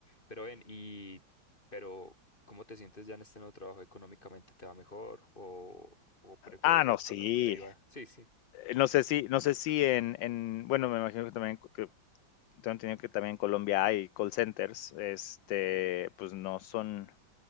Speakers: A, on the left; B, on the left.
A: pero ven, y, pero, ¿cómo te sientes ya en este nuevo trabajo? ¿Económicamente te va mejor o, o, prefe-
B: Ah,
A: o,
B: no,
A: o-
B: sí.
A: o te iba? Sí, sí,
B: Eh, No sé si, no sé si en, en- bueno, me imagino que también, que tengo entendido que también en Colombia hay call centers, este, pues no son